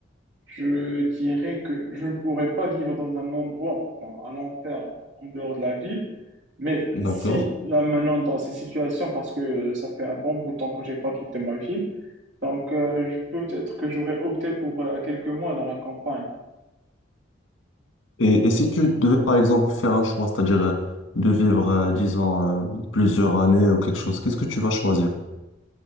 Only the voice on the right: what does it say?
je dirais que je ne pourrais pas vivre dans un endroit, genre, à long terme, en dehors de la ville, mais
si, là, maintenant, dans ces situations, parce que ça fait un bon bout de temps que j'ai pas quitté ma ville, donc euh, je- peut-être que j'aurais opté pour euh, quelques mois dans la campagne.